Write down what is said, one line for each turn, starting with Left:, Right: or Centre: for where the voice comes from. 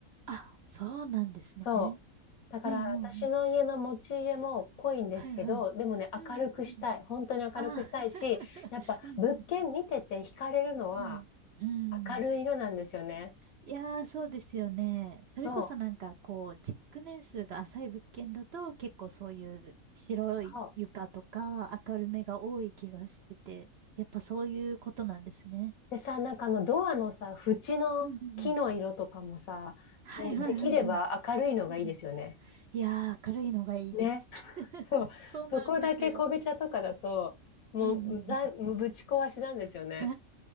Right: あ、そうなんですね。
Left: そう。だから私の家の持ち家も濃いんですけど、
Right: うんうんうん。はいはい。
Left: でもね、
Right: うんうんうん。
Left: 明るくしたい。本当に明るくしたいし、
Right: あ、<laughs>
Left: やっぱ物件見てて惹かれるのは
Right: うんうん。うん。うん。
Left: 明るい色なんですよね。
Right: いやー、そうですよね。それこそなんかこう、
Left: そう、
Right: 築年数が浅い物件だと結構そういう白い床とか明るめが多い気がしてて、
Left: そう。
Right: やっぱそういうことなんですね。
Left: でさ、なんかあのドアのさ、縁の木の色とかもさ、
Right: うんうんうん。はいはいはいはい。
Left: もうできれば明るいのがいいですよね。
Right: うん。いやー、明るいのがいいです。
Left: ね。
Right: <laughs>
Left: そう、
Right: そうなんですよ。
Left: そこだけ昆布茶とかだと、もう、
Right: うんうんうん。
Left: ざん、もうぶち壊しなんですよね。
Right: <laughs>